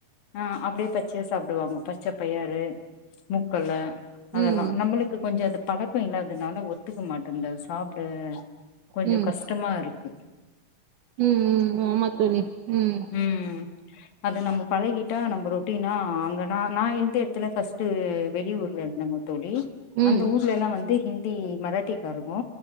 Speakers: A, on the left (about 85°); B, on the right (about 70°).
A: ஆ அப்டியே பச்சையா சாப்டுவாங்கொ பச்ச பயாறு மூக்கல்ல
B: ம்
A: அதெல்லா நம்பளுக்கு கொஞ்ச அது பழக்கொ இல்ல தனால ஒத்துக்க மாட்டேன்தது சாப் ட கொஞ்சொ
B: ம்
A: கஷ்டமா இருக்கு
B: ம் ம் ஆமா தோழி ம்
A: உம் அத நம்ம பழகிட்டா நம்ப ரொட்டீனா அங்கனா நா இர்ந்த எட்த்துல ஃபர்ஸ்ட்டு வெளியூர்ல இருந்தமோது தோழி
B: ம்
A: அந்த ஊர்லேல்லா வந்து ஹிந் தி மராட்டிகாரகூ